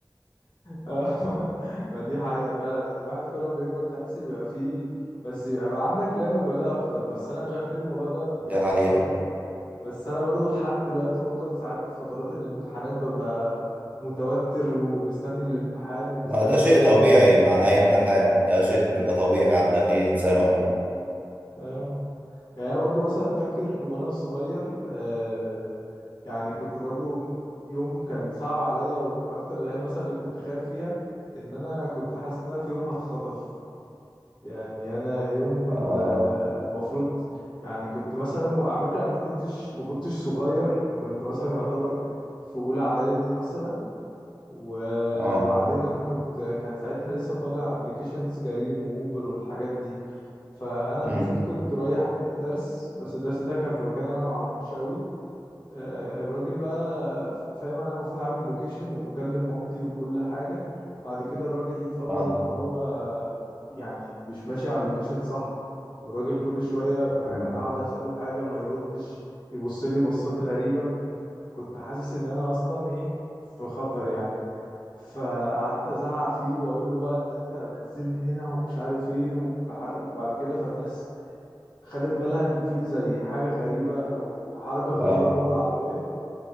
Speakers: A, on the left (about 80°); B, on the right (about 20°).
A: اه <laughs> ما دي حقيقة فعلا يعني الواحد كل ما بيكبر تحس بيبقى فيه بس بيبقى عندك لا مبالاة أكتر بس أنا مش عارف ليه الموضوع ده
B: دي
A: يعني
B: حقيقة
A: برضو بس أنا برضو لحد دلوقتي بفضل ساعات فترات الامتحانات ببقى متوتر ومستني الامتحان ومستني
B: ما ده
A: الدرجة
B: شيء طبيعي مع أي امتحان ده شيء بيبقى طبيعي عند أي إنسان عموما
A: اه يعني انا برضو مثلا فاكر وانا صغير آه يعني كنت برضو يوم كان صعب عليا ومن اكتر الايام مثلا اللي كنت خايف فيها ان انا كنت حاسس ان انا في يوم هتخطف يعني انا يوم كنت
B: آه
A: آه المفروض يعني كنت مثلا على فكره انا ما كنتش ما كنتش صغير كنت مثلا يعتبر في اولى اعدادي مثلا وبعدين
B: آه
A: انا كنت كان ساعتها لسه طالع ابلكيشنز كريم واوبر والحاجات دي فانا المفروض
B: مم.
A: كنت رايح درس بس الدرس ده كان في مكان انا ما اعرفوش قوي آه، الراجل بقى فاهم انا المفروض عامل لوكيشن ومكلم مامتي وكل حاجه بعد كده الراجل فضل
B: آه
A: ان هو يعني مش ماشي على اللوكيشن صح والراجل كل شويه اقعد
B: مم.
A: اساله حاجه ما يردش يبص لي بصات غريبه فكنت حاسس ان انا اصلا ايه في خطر يعني فقعدت ازعق فيه واقول له بقى ان انت نزلني هنا ومش عارف ايه ولح- وبعد كده فالناس خدت بالها ان في زي حاجه غريبه او حركه غريبه
B: آه
A: جوه العربيه